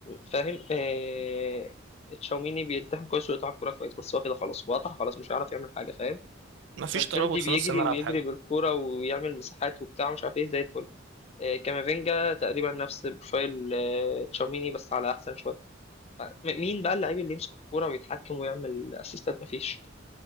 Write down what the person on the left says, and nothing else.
فاهم آه... تشاوميني بيلتحم كويس ويقطع الكوره كويس بس هو كده خلاص هو قطع خلاص مش هيعرف يعمل حاجه فاهم
فالفيردي
بيجري
ويجري
بالكوره ويعمل مساحات وبتاع مش عارف ايه زي الفل آه، كامافينجا تقريبا نفس بروفايل آه، تشاوميني بس على احسن شويه م- مين بقى اللعيب اللي يمسك الكوره ويتحكم ويعمل اسيستات مفيش